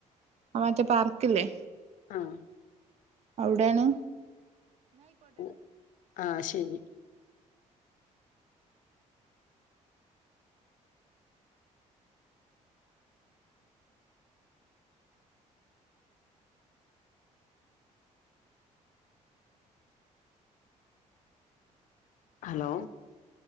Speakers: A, on the right (about 55°); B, on the left (about 75°).
A: മറ്റേ പാർക്കില്ലേ?
B: ആഹ്
A: അവ്ടെണ്.
B: <unintelligible> ആഹ് ശെരി. ഹലോ